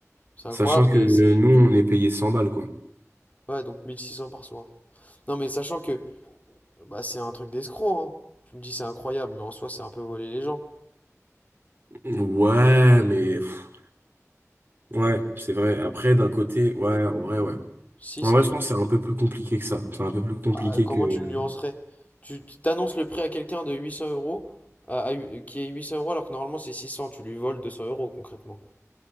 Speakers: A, on the left; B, on the right.
A: C'est
B: Sachant
A: incroyable,
B: que
A: mais
B: euh,
A: c'est.
B: nous, on est payé 100 balles, quoi.
A: Ouais, donc 1600 par soir. Non, mais sachant que bah, c'est un truc d'escroc, hein. Tu me dis c'est incroyable, mais en soi c'est un peu voler les gens.
B: Ouais, mais... pff, ouais, c'est vrai. Après, d'un côté, ouais, en vrai, ouais.
A: Si,
B: En
A: c'est
B: vrai,
A: un
B: je pense que c'est un peu plus compliqué que ça. C'est un peu plus compliqué
A: Bah, comment
B: que...
A: tu le nuancerais? Tu tu t'annonces le prix à quelqu'un de 800 euros, à- à hu- qui est 800 euros alors que normalement c'est 600, tu lui voles 200 euros concrètement.